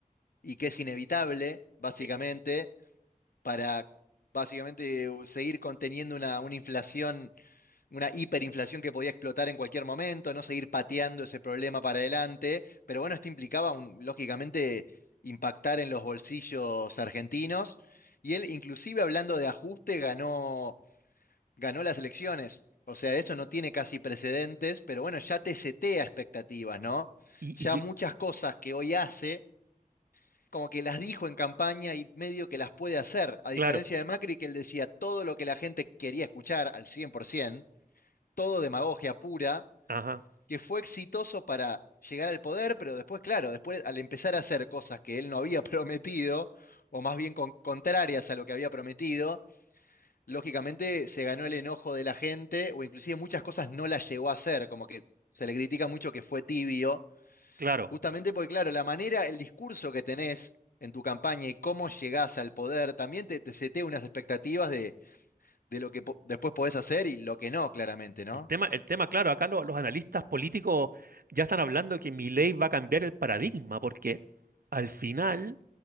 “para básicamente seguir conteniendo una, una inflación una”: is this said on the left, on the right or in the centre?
Left